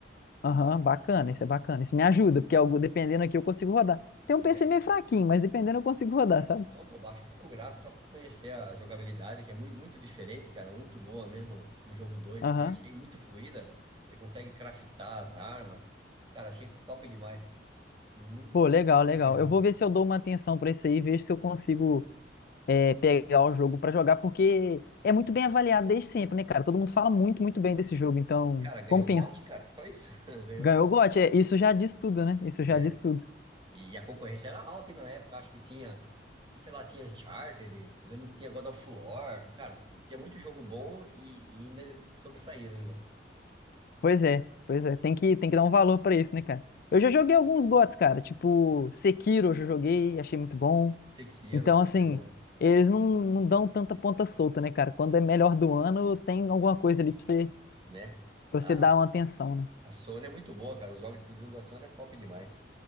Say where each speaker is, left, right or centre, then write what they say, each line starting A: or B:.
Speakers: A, on the left; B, on the right.
A: Aham, bacana, isso é bacana. Isso me ajuda, porque algo, dependendo aqui eu consigo rodar. Tem
B: né?
A: um PC meio fraquinho, mas dependendo eu consigo rodar, sabe?
B: Não, pô, baixa um pouco o gráfico só para conhecer a jogabilidade, que é muito, muito diferente, cara, muito boa mesmo do jogo dois
A: Aham.
B: assim, achei muito fluida. Você consegue craftar as armas. Cara, achei top demais, cara. Muito
A: Pô, legal, legal.
B: conteúdo.
A: Eu vou ver se eu dou uma atenção pra isso aí, vejo se eu consigo é, pegar o jogo pra jogar, porque é muito bem avaliado desde sempre, né, cara? Todo mundo fala muito, muito bem desse jogo, então
B: Cara, ganhou
A: compensa.
B: GOT, cara, só isso. <laughs> Ganhou
A: Ganhou o GOT, é, isso já diz tudo, né? Isso
B: né?
A: já diz tudo.
B: E a concorrência era alta ainda na época, acho que tinha, sei lá, tinha Uncharted, lembro que tinha God of War, cara, tinha muito jogo bom e, e ainda eles sobressaíram ainda.
A: Pois é, pois é. Tem que, tem que dar um valor pra isso, né, cara? Eu já joguei alguns GOTs, cara. Tipo, Sekiro eu já joguei, achei muito bom.
B: Sekiro,
A: Então,
B: Sekiro
A: assim,
B: é bom,
A: eles não, não dão tanta ponta solta, né, cara? Quando é melhor do ano, tem alguma coisa ali pra você,
B: né?
A: pra
B: A,
A: você dar
B: a
A: uma atenção, né?
B: Sony é muito boa, cara, os jogos exclusivos da Sony é top demais,